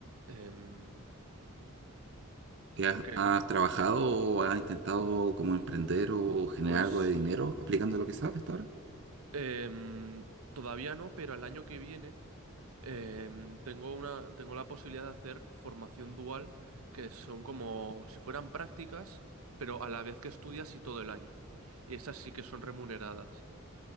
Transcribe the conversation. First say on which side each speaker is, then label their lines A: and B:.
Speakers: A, on the right; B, on the right.
A: Em,
B: ¿Qué
A: porque,
B: has, has trabajado o has intentado como emprender o generar
A: pues,
B: algo de dinero aplicando lo que sabes hasta ahora?
A: em, todavía no, pero el año que viene em, tengo una, tengo la posibilidad de hacer formación dual, que son como si fueran prácticas, pero a la vez que estudias y todo el año. Y esas sí que son remuneradas.